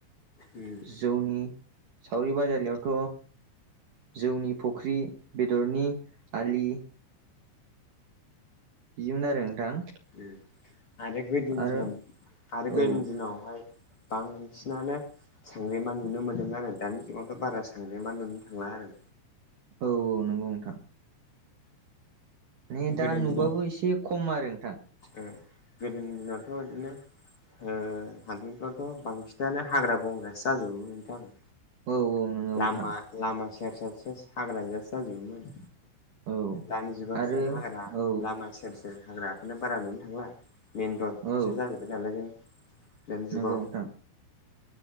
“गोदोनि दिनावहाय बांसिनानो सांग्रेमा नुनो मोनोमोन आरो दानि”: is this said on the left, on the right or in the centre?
Left